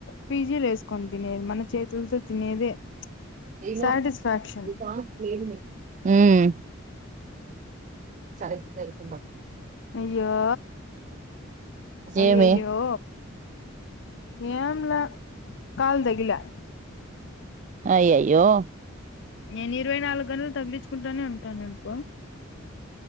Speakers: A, on the left; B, on the right.
A: పీజీలేసుకొని తినేది మన చేతులతో తినేదే.
B: హ్మ్.
A: సాటిస్ఫాక్షన్
B: <inaudible>
A: అయ్యో అయ్యయ్యో
B: ఏమి
A: ఏంలా కాల్ తగిలే.
B: అయ్యయ్యో
A: నేను ఇరవై నాలుగు గంటల్ తగిలించుకుంటానే ఉంటాన్ అనుకో